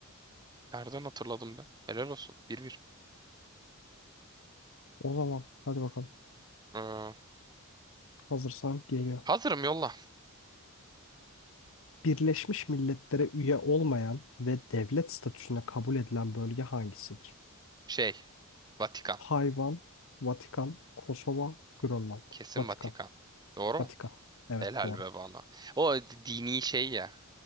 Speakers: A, on the right; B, on the left.
A: Nereden hatırladım ben? Helal olsun. bir bir.
B: O zaman hadi bakalım.
A: Ee,
B: Hazırsan geliyor.
A: hazırım yolla.
B: Birleşmiş Milletler'e üye olmayan ve devlet statüsüne kabul edilen bölge hangisidir?
A: Şey. Vatikan.
B: Tayvan, Vatikan, Kosova, Grönland.
A: Kesin
B: Vatikan.
A: Vatikan. Doğru
B: Vatikan.
A: mu?
B: Evet
A: Helal
B: doğru.
A: be bana. O dini şey ya.